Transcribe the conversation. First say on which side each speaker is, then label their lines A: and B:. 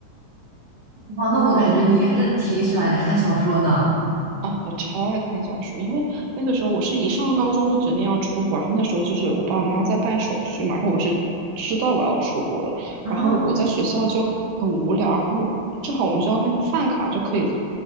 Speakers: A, on the right; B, on the right.
A: 哦，那我感觉你应该是挺喜欢看小说的。
B: 啊，我超爱看小说，因为那个时候我是一上高中就决定要出国，然后那时候就是我爸我妈妈在办手续嘛，然后我是知道我要出国的，
A: 啊，
B: 然后我在学校就很无聊，然后正好我们学校那个饭卡就可以